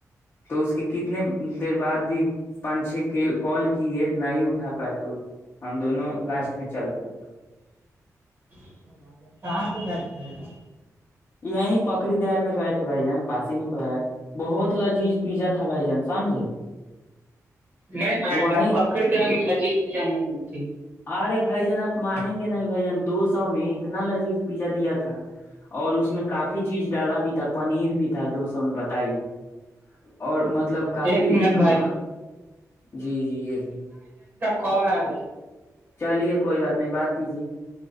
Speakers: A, on the left; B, on the right.
A: تو اس کے کتنے دیر بعد بھی پانچ چھ کال کیے نہ ہی اٹھا پائے تو ہم دونوں لاسٹ میں چلے گئے
B: بھائی کہاں سے جچ رہے گا
A: یہی پکری دل میں گئے تھے بھائی جان پاسی میں تو ہے بہت لذیذ پیزا تھا بھائی جان سمجھے
B: نہیں بھائی
A: وہیں
B: جان پکڑ پ نزییک پ ج نہیں م جیھیک
A: ارے بھائی جان آپ مانیں گے نہیں بھائی جان دو سو میں اتنا لذیذ پیزا دیا تھا اور اس میں کافی چیز ڈالا بھی تھا پنیر بھی تھا دو سو میں بتائیے اور م مطلب کافی
B: ایک منٹ بھائی
A: ہ جی جی ایک
B: کوال آ رہا ہے
A: چلیے کوئی بات نہیں بات کیجے